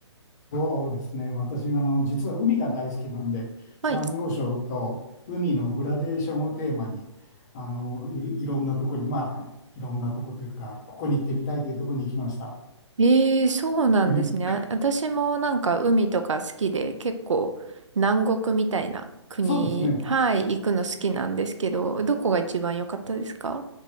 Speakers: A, on the left; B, on the right.
A: そうですね。私、あの、実は海が大好きなんで、
B: はい。
A: サンゴ礁と海のグラデーションをテーマに、あの、い、いろんなとこに、まあ、いろんなとこというか、ここに行ってみたいというとこに行きました。
B: ええそうなんですね。
A: え
B: あ、私もなんか海とか好きで、結構南国みたいな国、
A: そうですね。
B: はい、行くの好きなんですけど、どこが一番良かったですか